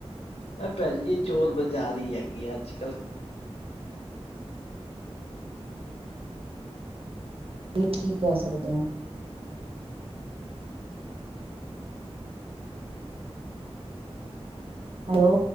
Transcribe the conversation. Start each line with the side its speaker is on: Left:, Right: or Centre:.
Left: ਐ ਭੈਣ ਜੀ, ਚੋਰ ਬਾਜ਼ਾਰੀ ਹੈਗੀ ਆ ਅੱਜ-ਕੱਲ।
Right: ਟ ਕੀ, ਕਹਿ ਸਕਦੇ ਆਂ। ਹੈਲੋ।